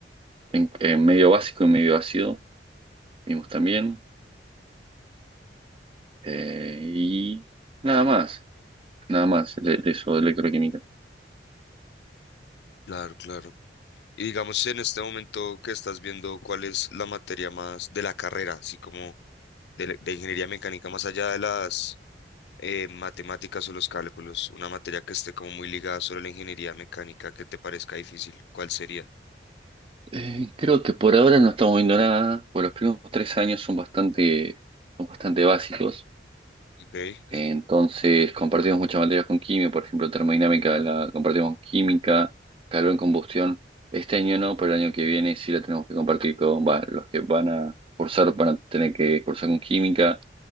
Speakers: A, on the right; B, on the left.
A: en, en medio básico y medio ácido vimos también. eh, y nada más, nada más de, de eso, de electroquímica.
B: claro, claro. Y digamos, en este momento que estás viendo, ¿cuál es la materia más de la carrera, así como de, la- de ingeniería mecánica, más allá de las eh, matemáticas o los cálculos, una materia que esté como muy ligada solo a la ingeniería mecánica que te parezca difícil, ¿cuál sería?
A: Eh, creo que por ahora no estamos viendo nada, por los primeros tres años son bastante, son bastante básicos.
B: Ok,
A: Eh,
B: ok.
A: Entonces compartimos muchas materias con química, por ejemplo, termodinámica la compartimos con química, calor en combustión. Este año no, pero el año que viene sí la tenemos que compartir con, va, los que van a cursar, van a tener que cursar con química.